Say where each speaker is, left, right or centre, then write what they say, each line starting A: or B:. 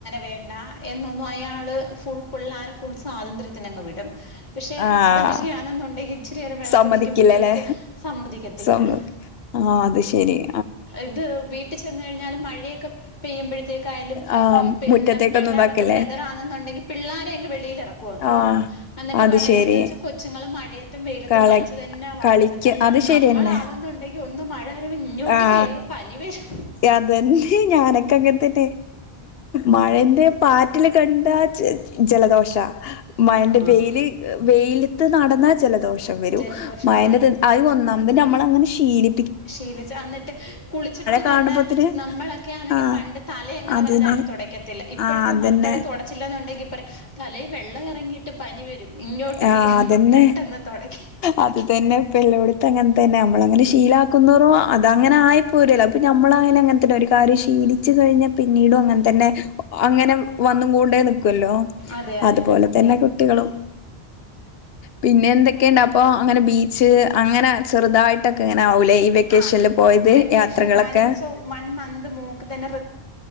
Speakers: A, on the left; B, on the left.
A: വേണ്ട എന്നൊന്നും അയാള് ഫുൾ പിള്ളോര ഫുൾ സ്വാതന്ത്ര്യത്തിന് അങ്ങ് വിടും പക്ഷെ
B: ആഹ്
A: ഹസ്ബൻഡ് ഓക്കെ ആണെന്നുണ്ടെങ്കിൽ ഇച്ചിരി നേരം വെള്ളത്തിൽ
B: സമ്മതിക്കില്ലല്ലേ
A: നിൽക്കുമ്പോഴത്തേക്ക് സമ്മതിക്കത്തില്ല
B: സമ്മ ആ അത് ശരിയ
A: ഇത് വീട്ടിൽ ചെന്ന് കഴിഞ്ഞാലും മഴയൊക്കെ പെയ്യുമ്പോഴത്തേക്കായാലും
B: ആഹ്
A: പിന്നെ
B: മുറ്റത്തേക്കൊന്നും
A: രണ്ടാമത്തെ
B: ഇതാക്കല്ലേ
A: ബ്രദർ ആണെന്നുണ്ടെങ്കിൽ പിള്ളോരെയ അങ്ങ് വെളിയിൽ ഇറക്കുവന്ന്
B: ആഹ്
A: എന്നിട്ട്
B: അത്
A: പറയുന്ന
B: ശെരി
A: എന്ത വച്ചാൽ കൊച്ചുങ്ങളും മഴയത്തും വെ
B: കള
A: കളിച്ചു തന്നെ വളരണം
B: കളിക്ക് അത്
A: നമ്മൾ
B: ശെരിയെന്നെ
A: ആവുന്നുണ്ടെങ്കിൽ ഒന്ന് മഴ വരുമ്പോ ഇങ്ങോട്ട്
B: ആ
A: കയറും പനി വരും
B: അതന്നെ ഞാനൊക്കെ അങ്ങനെതന്നെ മഴന്റെ പാറ്റില് കണ്ട ചി ജലദോഷ മഴയന്റെ
A: ആ
B: വെയില് വെൽ നടന്ന ജലദോഷം വരും
A: ജലദോഷം
B: മഴന്റെ അത് ഒന്നാമത് നമ്മൾ അങ്ങനെ ശീല
A: ശീലിച്ചു എന്നിട്ട് കുളിച്ചിട്ട്
B: കാണുമ്പോത്തിന്
A: തന്നെ നമ്മളൊക്കെയ ആണെങ്കിൽ
B: ആഹ്
A: പണ്ട് തല അങ്ങനെ
B: അതിന്
A: വലുതായിട്ട് തുടയ്ക്കത്തില്ല ഇപ്പോഴത്തെ
B: ആഹ് അതന്നെ
A: മക്കള് തുടച്ചില്ല എന്നുണ്ടെങ്കിൽ പറയാം തലൽ വെള്ളം ഇറങ്ങിയിട്ട് പനി വരും ഇങ്ങോട്ട്
B: ആ
A: കേ
B: അതന്നെ
A: പെട്ടെന്ന് തുടയ്ക്കും
B: അത് തന്നെ ഇപ്പല്ലോ അ അങ്ങനെ തന്നെ നമ്മളങ്ങനെ ശീലാക്കുന്നോറും അത അങ്ങനെ ആയിപ്പോരല്ല അപ്പൊ നമ്മള ആയാലും അങ്ങനെ തന്നെ ഒരു കാര്യം ശീലിച്ചു കഴിഞ്ഞ പിന്നീടും അങ്ങനെ തന്നെ അങ്ങനെ വന്നും കൊണ്ടേ നിക്കല്ലോ
A: അതെ അതെ
B: അതുപോലെ തന്നെ കുട്ടികളും പിന്നെ എന്തൊക്കെയണ്ട് അപ്പൊ അങ്ങനെ ബീച്ച് അങ്ങനെ ചെറുതായിട്ടൊക്കെ ഇങ്ങനെ ആവൂലേ ഈ വെക്കേഷനിൽ
A: ആ
B: പോയത്
A: വെക്കേഷന്
B: യാത്രകളൊക്കെ
A: കാര്യം എന്ന് വെച്ചാൽ വൺ മന്ത് മോക്ക് തന്നെ